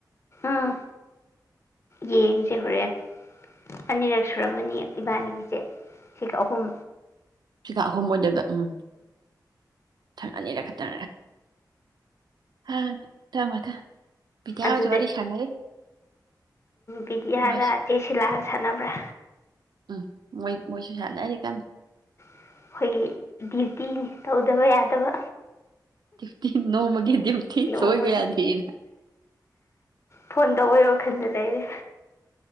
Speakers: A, on the left (about 35°); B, on the right (about 65°).
A: ꯑꯥ ꯌꯦꯡꯁꯦ ꯍꯣꯔꯦꯟ ꯑꯅꯤꯔꯛ ꯁꯨꯔꯝꯃꯅꯤ ꯏꯕꯥꯅꯤꯒꯤꯁꯦ ꯁꯤꯒ ꯑꯍꯨꯝ
B: ꯁꯤꯒ ꯑꯍꯨꯝ ꯑꯣꯏꯗꯣꯏꯕ ꯎꯝ ꯊꯥ ꯑꯅꯤꯔꯛꯈꯛꯇ ꯍꯥ ꯃꯊꯪ ꯃꯊꯪ ꯕꯤꯗ꯭ꯌꯥ
A: ꯑꯗꯨꯗꯩ
B: ꯍꯣꯏꯁꯨ ꯋꯥꯔꯤ ꯁꯥꯟꯅꯔꯤ
A: ꯕꯤꯗꯤꯌꯥꯒ
B: ꯃꯣꯏꯁꯨ
A: ꯆꯦꯁꯤꯂꯒ ꯁꯥꯟꯅꯕ꯭ꯔꯥ
B: ꯎꯝ ꯃꯣꯏ ꯃꯣꯏꯁꯨ ꯁꯥꯟꯅꯔꯤ ꯀꯟꯅ
A: ꯑꯩꯈꯣꯏꯒꯤ ꯗꯤꯔ ꯇꯤꯅꯤ ꯇꯧꯗꯕ ꯌꯥꯗꯕ
B: ꯗ꯭ꯌꯨꯇꯤ ꯅꯣꯃꯒꯤ ꯗ꯭ꯌꯨꯇꯤ
A: ꯅꯣꯡꯃꯒꯤ
B: ꯁꯣꯏꯕ ꯌꯥꯗꯦꯅ
A: ꯐꯣꯟ ꯇꯧꯕꯩ ꯋꯥꯈꯟꯗ ꯂꯩꯔꯦ